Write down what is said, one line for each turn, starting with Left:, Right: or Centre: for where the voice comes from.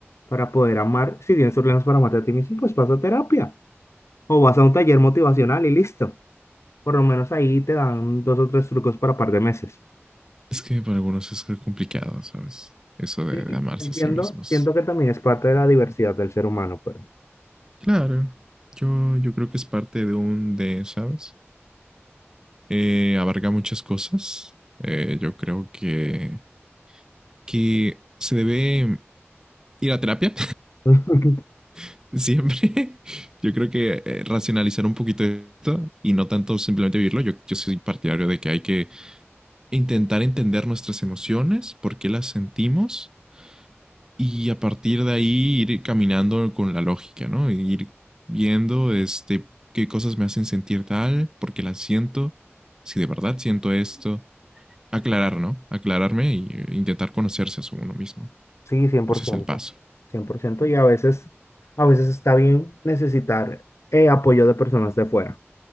Left: Para poder amar, si tienes problemas para amarte a ti mismo, pues vas a terapia o vas a un taller motivacional y listo. Por lo menos ahí te dan dos o tres trucos para par de meses.
Right: Es que para algunos es creo, complicado, ¿sabes? Eso de,
Left: Sí,
Right: de amarse
Left: entiendo,
Right: a sí mismos.
Left: siento que también es parte de la diversidad del ser humano, pero
Right: Claro, yo, yo creo que es parte de un de, ¿sabes? Eh, abarca muchas cosas. Eh, yo creo que, que se debe ir a terapia.
Left: <laughs>
Right: <laughs> Siempre. Yo creo que eh, racionalizar un poquito esto y no tanto simplemente vivirlo. Yo, yo soy partidario de que hay que intentar entender nuestras emociones, por qué las sentimos y a partir de ahí ir caminando con la lógica, ¿no? Ir viendo este, qué cosas me hacen sentir tal, por qué las siento, si de verdad siento esto, aclarar, ¿no? Aclararme e intentar conocerse a uno mismo.
Left: Sí, cien cien por
Right: Ese
Left: ciento
Right: es el paso.
Left: cien por ciento Y a veces, a veces está bien necesitar eh, apoyo de personas de fuera.